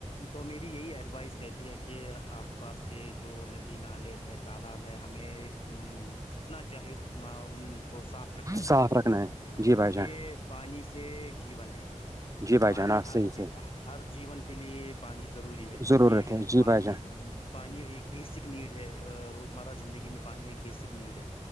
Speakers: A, on the left; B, on the right.
A: تو میری یہی ایڈوائس رہتی ہے کہ آ پاس کے جو ندی نالے ہے تالاب ہے ہمیں اتنا چاہے اتنا ان کو صاف رکھنا
B: صاف
A: چاہیے
B: رکھنا ہے جی
A: کیونکہ
B: بھائی جان
A: پانی سے جیون ہے
B: جی بھائی
A: پانی
B: جان آپ
A: ہر
B: صحیح
A: ج
B: سے
A: ہر جیون کے لیے پانی ضروری ہے کیونکہ
B: ضرورت ہے جی
A: پانی
B: بھائی جان
A: پانی ایک بیسک نیڈ ہے روزمرہ زندگی میں پانی ایک بیسک نیڈ ہے